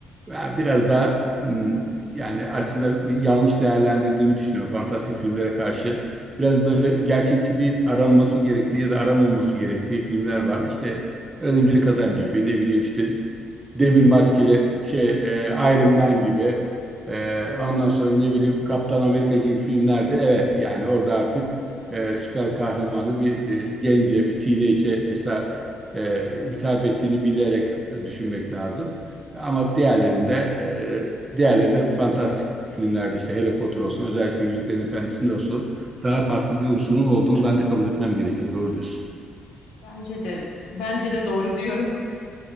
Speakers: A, on the right; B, on the left.
A: Ben biraz daha hmm, yani aslında bir yanlış değerlendirdiğimi düşünüyorum fantastik filmlere karşı. Biraz böyle gerçekçiliği aranması gerektiği ya da aranmaması gerektiği filmler var. İşte Örümcek Adam gibi ne bileyim işte demir maskeli şey e, Iron Man gibi e, ondan sonra ne bileyim Kaptan Amerika gibi filmlerde evet yani orada artık e, süper kahramanı bir e, gence bir teenage'e eser e, hitap ettiğini bilerek düşünmek lazım. Ama diğerlerinde e, diğerlerinde fantastik filmlerde işte Harry Potter olsun özellikle Yüzüklerin Efendisi'nde olsun daha farklı bir unsurun olduğunu ben de kabul etmem gerekiyor. Doğru diyorsun.
B: Bence de bence de doğru diyorum.